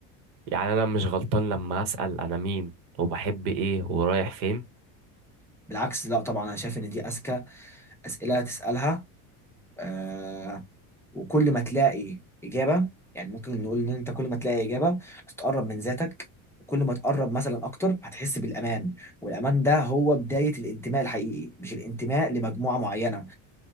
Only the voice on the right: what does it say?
يعني أنا مش غلطان لما أسأل أنا مين وبحب إيه ورايح فين